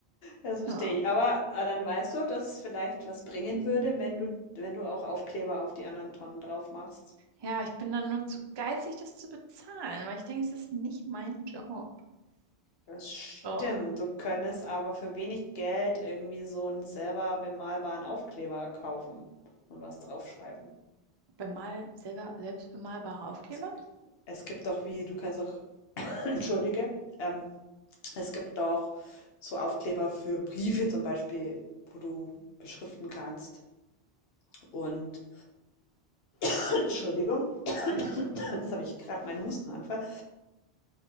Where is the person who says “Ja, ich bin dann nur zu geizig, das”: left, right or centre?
Right